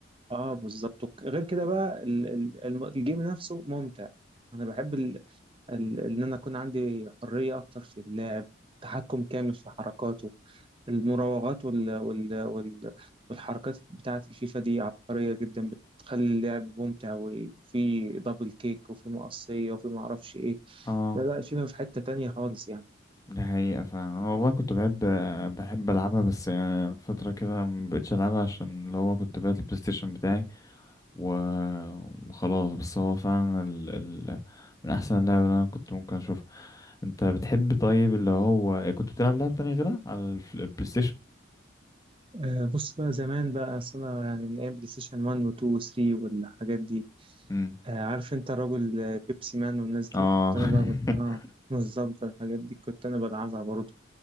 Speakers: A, on the right; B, on the left.
A: اه بالظبط غير كده بقى ال- ال- الم- الجيم نفسه ممتع انا بحب ال- ان انا اكون عندي حريه اكتر في اللاعب تحكم كامل في حركاته المراوغات وال... وال... وال... والحركات بتاعه الفيفا دي عبقريه جدا بتخلي اللعب ممتع وفي دبل كيك وفي مقصيه وفي ما اعرفش ايه
B: اه
A: لا لا الفيفا في حته تانية خالص يعني
B: ده حقيقة فعلا أنا والله كنت بحب بحب ألعبها بس يعني فترة كده مبقتش ألعبها عشان اللي هو كنت بعت البلاي ستيشن بتاعي و- وخلاص بس هو فعلا ال... ال... من أحسن اللعب اللي أنا كنت ممكن أشوفها أنت بتحب طيب اللي هو كنت بتلعب لعب تاني غيرها على الف- البلاي ستيشن؟
A: آه بص بقى زمان بقى أصل انا يعني من ايام بلاي ستيشن 1 و2 و3 والحاجات دي
B: امم
A: آه عارف انت الراجل آه، بيبسي مان والناس دي
B: اه
A: كنت انا بقى من...
B: <laughs>
A: اه بالظبط الحاجات دي كنت انا بلعبها برضه